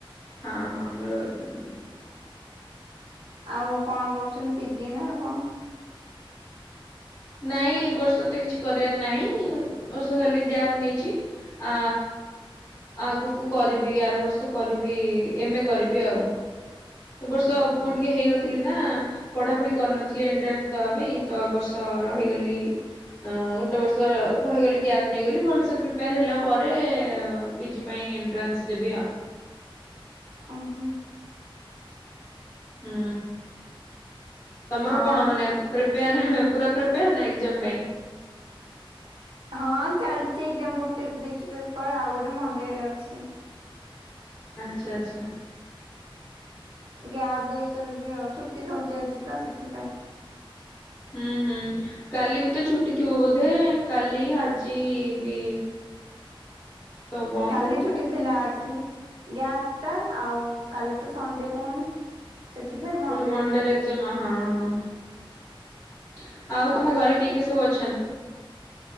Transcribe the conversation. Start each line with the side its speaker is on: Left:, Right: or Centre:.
Left: ହଁ ହଁ ମର ଇକନମିକ୍
Right: ଆଉ କଣ କରୁଛନ୍ତି ପିଜି ନା କଣ
Left: ନାଇଁ ଏ ବର୍ଷ ତ କିଛି କରିବାର ନାହିଁ ବର୍ଷ ଖାଲି ଗ୍ୟାପ୍ ନେଇଛି ଆ ଆଗକୁ କରିବି ଆର ବର୍ଷ କରିବି ଏମଏ କରିବି ଆଉ ବର୍ଷ ମୁଁ ଟିକେ ହେଇନଥିଲି ନା ପଢାପଢି କରିନଥିଲି ଏଣ୍ଟ୍ରାନ୍ସ ଦବା ପାଇଁ ତ ବର୍ଷ ତ ରହିଗଲି ଅ ଗୋଟେ ବର୍ଷ ରହିଗଲି ଗ୍ୟାପ୍ ନେଇଗଲି ଭଲସେ ପ୍ରିପେୟାର ହେଲା ପରେ ପିଜି ପାଇଁ ଏଣ୍ଟ୍ରାନ୍ସ ଦେବି ଆଉ
Right: ଓ ହୋ
Left: ହୁଁ ତମର
Right: ଆଉ
Left: କଣ ମାନେ ପ୍ରିପେୟାର ପୁରା ପ୍ରିପେୟାର ନା ଏକ୍ଜାମ ପାଇଁ
Right: ହଁ ଚାଲିଛି ଏକ୍ଜାମ ଗୋଟେ ଦେଇଛୁ ପେପର ଆଉ ଗୋଟେ ମଣ୍ଡେରେ ଅଛି
Left: ଆଚ୍ଛା ଆଚ୍ଛା
Right: ଗ୍ୟାପ୍ ଦେଇଛନ୍ତି ବି ଆଉ ଛୁଟି ସବୁ ଚାଲିଛି ତ ସେଥିପାଇଁ
Left: ହୁଁ ହୁଁ କାଲି ବି ତ ଛୁଟି ଥିବ ବୋଧେ କାଲି ଆଜି ବି
Right: <inaudible>
Left: ତ ବନ୍ଦ
Right: କାଲି ଛୁଟି ଥିଲା ଆଜି ଗ୍ୟାପ ଟା ଆଉ କାଲି ତ ସଣ୍ଡେ ପୁଣି ସେଥିପାଇଁ ମଣ୍ଡେରେ
Left: ପୁଣି ମଣ୍ଡରେ ଏକ୍ଜାମ ହଁ ହଁ ଆଉ
Right: ତାପରେ
Left: ତମ ଘରେ
Right: ଗୋଟେ
Left: କିଏ କିଏ ସବୁ ଅଛି ଛନ୍ତି